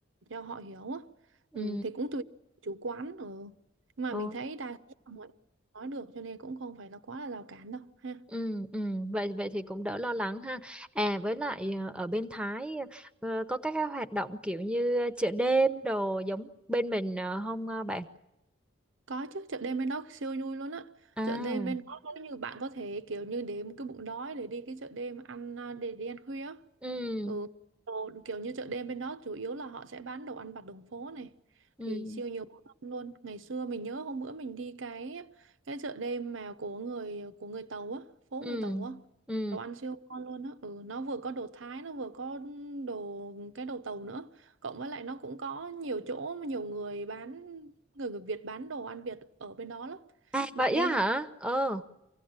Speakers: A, on the right (about 70°); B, in the centre.
A: cho họ hiểu á
B: ừ
A: ừ, thì cũng tùy chủ quán ừ. Nhưng mà
B: ok
A: mình thấy đa số là mọi người nói được cho nên cũng không phải là quá là rào cản đâu ha
B: ừ ừ vậy vậy thì cũng đỡ lo lắng ha à với lại ờ, ở bên Thái ờ, có các cái hoạt động kiểu như ờ, chợ đêm đồ giống bên mình ờ, không ờ, bạn
A: Có chứ, chợ đêm bên đó siêu vui luôn á.
B: à
A: Chợ đêm bên đó nếu như bạn có thể kiểu như để một cái bụng đói để đi cái chợ đêm ăn à, để đi ăn khuya.
B: ừ
A: Ừ. Đồ, kiểu như chợ đêm bên đó chủ yếu là họ sẽ bán đồ ăn vặt đường phố này
B: ừ
A: thì siêu nhiều món ngon luôn ngày xưa mình nhớ hôm bữa mình đi cái cái chợ đêm mà của người của người Tàu á phố
B: ừ
A: người Tàu á
B: ừ
A: đồ ăn siêu ngon luôn á ừ, nó vừa có đồ Thái nó vừa có đồ cái đồ Tàu nữa cộng với lại nó cũng có nhiều chỗ mà nhiều người bán người người Việt bán đồ ăn Việt ở bên đó lắm
B: À
A: bạn
B: vậy
A: đi
B: á hả? Ờ,